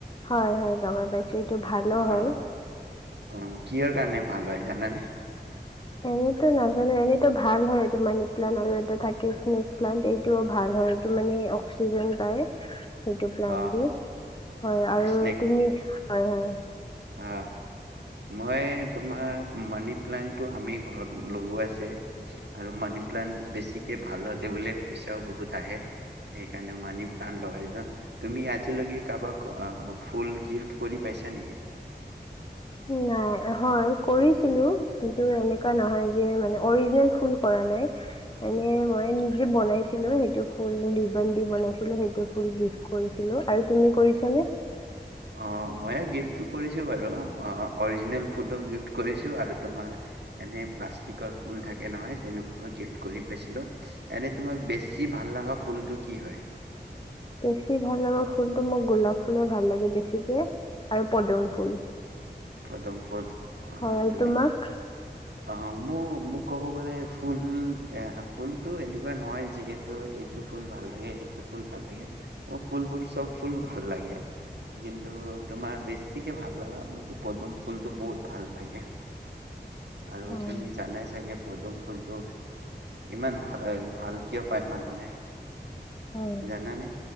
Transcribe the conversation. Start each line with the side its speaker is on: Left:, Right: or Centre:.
Left: হয় হয় লগৰ পাইছোঁ এইটো ভালো হয়।
Right: অ অ কিহৰ কাৰণে ভাল হয় জানানে।
Left: এনেতো নাজানো এনেতো ভাল হয় এইটো মানি প্লানট আৰু এটা থাকে স্নেক প্লানট এইটোও ভাল হয় এইটো মানে অক্সিজেন পায়। সেইটো প্লান
Right: অ
Left: দি হয় আৰু
Right: স্নেক
Left: তুমি। হয় হয়।
Right: অ মই তোমাৰ মানি প্লানটটো আমি ঘৰত লগো আছে আৰু মানি প্লানট বেছিকে ভাল হ'লে বোলে পইচাও বহুত আহে সেইকাৰণে মানি প্লান লগাইছ তুমি আজিলৈকে কাৰোবাক ফুল গিফ্ট কৰি পাইছা নেকি?
Left: নাই হয় কৰিছিলো কিন্তু এনেকুৱা নহয় যে অজিনেল ফুল কৰা নাই এনে মই নিজে বনাই ছিলো ফুল টো দি ৰিবন দি কৰিছিলো আৰু তুমি কৰিছিল নে।
Right: অ মই গিফ্টটো কৰিছো বাৰু অ। অৰিজনে ফুলক গিফ্ট। কৰিছো আৰু তোমাৰ এনে প্লাষ্টিকৰ ফুল থাকে নহয় তেনেকুৱ গিফ্ট কৰি পাইছিলো এনে তোমাক বেছি ভাল লগা ফুলটো কি হয়?
Left: বেছি ভাল লাগে ফুলটো মোক গোলাপ ফুলে ভাল লাগে বেছিকে? আৰু পদম ফুল।
Right: পদ্মম ফুল। অ'
Left: হয় আৰু
Right: তুমি
Left: তোমাক?
Right: অ মোৰ মোক ক'ব গ'লে ফুল এ ফুলতটো এনেকুৱা নহয় যিহেতু এইটো ফুল ভাল লাগে সেইটো ফুল ভাল লাগে ম ফুলবোৰ চব ফুল ভাল লাগে কিন্তু? তোমাৰ বেছিকে ভাল লগা মোকো পদুম ফুলতটো বহুত ভাল লাগে? আৰু
Left: হয়
Right: তুমি জানাই চাগে? পদম ফুলটোক ইমান ভাল ভাল কিয় পায় মানুহে।
Left: হয়
Right: জান নে?